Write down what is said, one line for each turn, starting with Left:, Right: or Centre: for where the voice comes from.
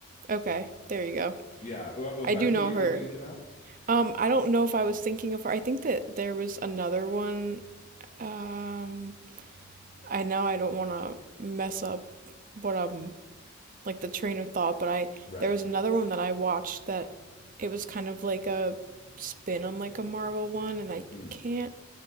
Right: Okay. There you go.
Left: Yeah, wa- was
Right: I
Left: that
Right: do
Left: who
Right: know
Left: you
Right: her.
Left: were thinking of?
Right: Um, I don't know if I was thinking of her. I think that there was another one. Um, I know I don't want to mess up what um like the train of thought, but I
Left: Right.
Right: there was another one that I watched that it was kind of like a spin on like a Marvel one, and I
Left: Mm,
Right: can't